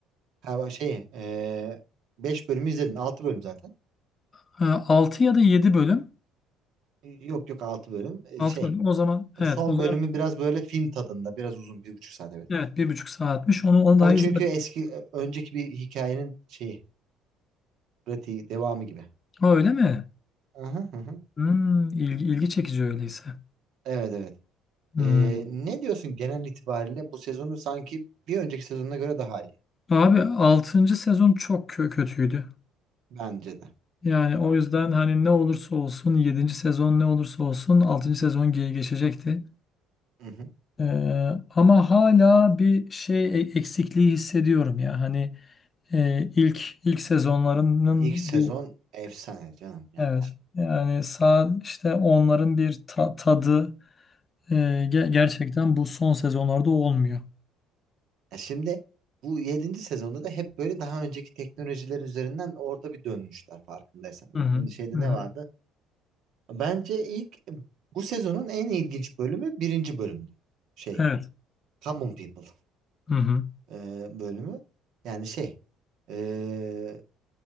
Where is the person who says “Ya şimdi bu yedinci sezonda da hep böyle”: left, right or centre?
Right